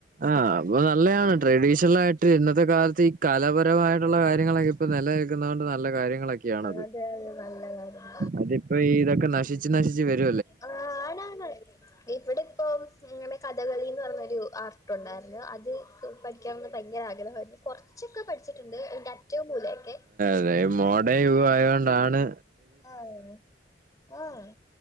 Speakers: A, on the right (about 45°); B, on the left (about 20°).
A: ആഹ് അപ്പൊ നല്ലതാണ് ട്രഡീഷൻ മായിട്ട് ഇന്നത്തെ കാലത്ത് ഈ കലാപരമായിട്ടുള്ള കാര്യങ്ങളൊക്കെ ഇപ്പ നില കുന്നോണ്ട് നല്ല കാര്യങ്ങളൊക്കെയണത്
B: അതെ അതെ നല്ല കാര്യം
A: അതിപ്പോ ഇതൊക്കെ നശിച്ചച്ച് നശിച്ചച്ച് വര
B: ആ ആണാണാണ് ഇവിടെ ഇപ്പം ഇങ്ങനെ കഥകളിന്ന് പറഞ്ഞൊരു ആർട്ടുണ്ടായിരുന്നു അത് പഠിക്കാനൊന്ന് ഭയങ്കര ആഗ്രഹയിരുന്നു കുറച്ചൊക്കെ പഠിച്ചിട്ടുണ്ട് എന്റെ അറ്റവും മൂലയൊക്കെ
A: അതായ മോഡ യവ ആയതൊണ്ടാണ്
B: ആ അതേതെ ആഹ്